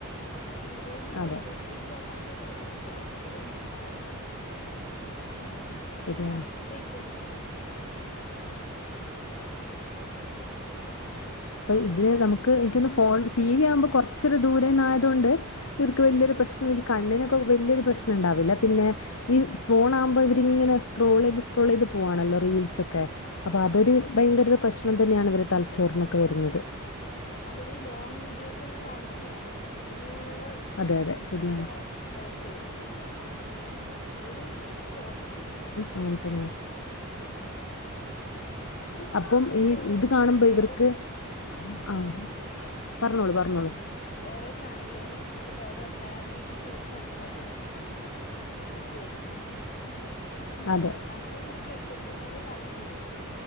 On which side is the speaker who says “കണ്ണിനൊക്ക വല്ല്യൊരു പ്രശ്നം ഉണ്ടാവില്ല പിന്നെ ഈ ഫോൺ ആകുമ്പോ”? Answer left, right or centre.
Left